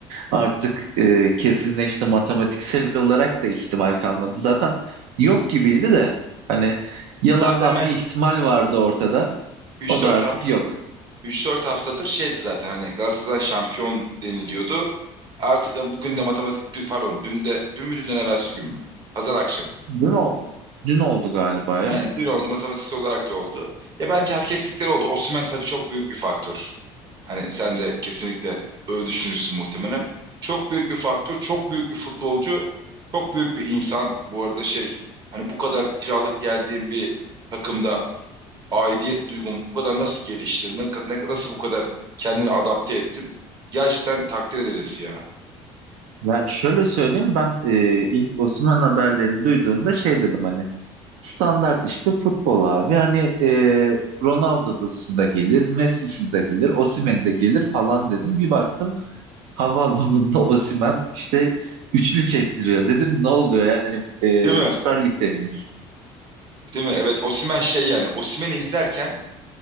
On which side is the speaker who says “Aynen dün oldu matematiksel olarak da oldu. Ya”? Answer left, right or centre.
Right